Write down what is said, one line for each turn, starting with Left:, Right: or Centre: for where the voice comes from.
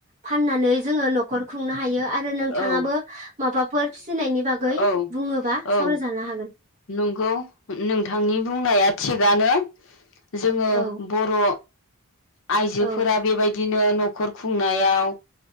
Right: फाननानै जोङो न'खर खुंनो हायो आरो नोंथाङाबो
Left: औ
Right: माबाफोर फिसिनायनि बागै
Left: औ
Right: बुङोबा
Left: औ
Right: सावरायजानो हागोन।
Left: नंगौ नोंथांनि बुंनाया थिगानो। जोङो
Right: औ
Left: बर' आइजोफोरा
Right: औ
Left: बेबाय दिनो न' खर खुंनायाव